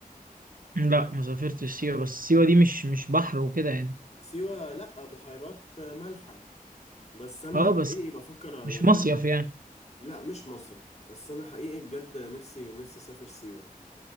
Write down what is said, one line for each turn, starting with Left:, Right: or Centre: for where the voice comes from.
Right: لا ما سافرتش سيوة بس سيوة دي مش مش بحر وكده يعني
Left: سيوة لأ بحيرات آه، مالحة بس أنا
Right: اه بس
Left: حقيقي بفكر
Right: مش
Left: يعني
Right: مصيف
Left: أنا
Right: يعني
Left: لأ مش مصيف بس أنا حقيقي بجد نفسي نفسي أسافر سيوة